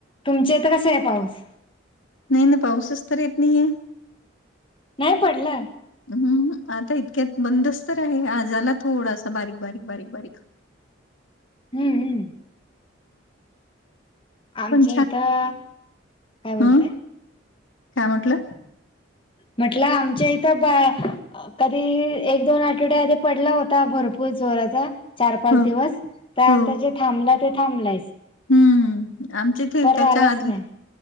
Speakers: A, on the left; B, on the left.
A: तुमच्या इथं कसाय पाऊस?
B: नाही ना पाऊसच तर येत नाहीये
A: नाय पडला.
B: हम्म आता इतक्यात बंदच तर आहे आजाला थोडासा बारीक बारीक बारीक बारीक
A: हम्म हम्म आमच्या
B: पण
A: इथं काय बोलते
B: हम् काय म्हटलं
A: म्हटलं आमच्या इथं कधी एक दोन आठवड्या आधी पडला होता भरपूर जोराचा चार पाच
B: हो
A: दिवस त्यानंतर
B: हो
A: जे थांबला ते थांबलायच
B: हम्म हम् आमचे ते
A: परत
B: त्याच्या
A: आलाच
B: आधी
A: नाही